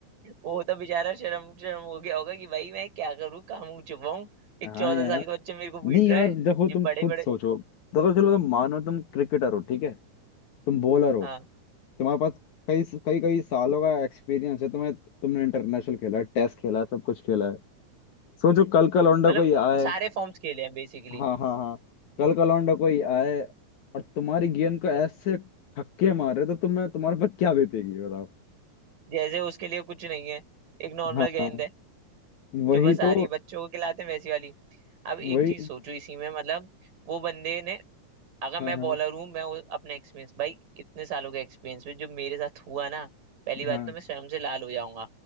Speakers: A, on the right; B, on the left.
A: वो तो बेचारा शर्म शर्म हो गया होगा कि भाई मैं क्या करूँ कहाँ मुंह छुपाऊं एक
B: हाँ
A: चौदह
B: यार
A: साल का बच्चा मेरे को
B: नहीं
A: पीट रहा
B: यार
A: है
B: देखो
A: जो
B: तुम
A: बड़े
B: खुद
A: बड़े
B: सोचो देखो चलो तुम मानो तुम क्रिकेटर हो ठीक है तुम बॉलर हो
A: हाँ
B: तुम्हारे पास कई कई कई सालों का एक्सपीरियंस है तुम्हें तुमने इंटरनेशनल खेला है टेस्ट खेला है सब कुछ खेला है सोचो कल का लौंडा
A: मतलब
B: कोई आए
A: सारे फॉर्म्स खेले हैं बेसिकली
B: हाँ हाँ हाँ कल का लौंडा कोई आए और तुम्हारी गेंद को ऐसे छक्के मारे तो तुम्हें तुम्हारे पर क्या बीतेगी बताओ
A: जैसे उसके लिए कुछ नहीं है एक नॉर्मल
B: हाँ
A: गेंद
B: हाँ
A: है
B: वही
A: जो बस आ
B: तो
A: रही है बच्चों को खिलाते हैं वैसी वाली अब
B: वही
A: एक चीज सोचो इसी में मतलब वो बंदे ने अगर
B: हाँ
A: मैं
B: हाँ
A: बॉलर हूँ मैं वो- अपना एक्सपीरियंस भाई इतने सालों का एक्सपीरियंस में जो मेरे साथ हुआ ना पहली बात
B: हाँ
A: तो मैं शर्म से लाल हो जाऊंगा